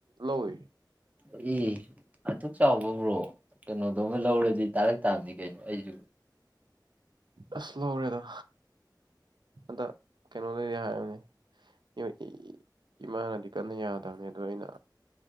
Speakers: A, on the right (about 75°); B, on the right (about 20°).
A: ꯂꯧꯋꯦ
B: ꯏ ꯑꯗꯨꯛ ꯆꯥꯎꯕ ꯕ꯭ꯔꯣ ꯀꯩꯅꯣꯗꯣꯃ ꯂꯧꯔꯗꯤ ꯇꯥꯔꯛ ꯇꯥꯕꯅꯤ ꯀꯩꯅꯣ ꯑꯩꯖꯨ
A: ꯑꯁ ꯂꯧꯔꯦꯗ ꯑꯗ ꯀꯩꯅꯣ ꯂꯩꯔꯦ ꯍꯥꯏꯕꯅꯦ ꯌꫭ ꯏꯏꯏ ꯏꯃꯥꯅꯗꯤ ꯀꯟꯅ ꯌꯥꯗꯕꯅꯦ ꯑꯗꯣ ꯑꯩꯅ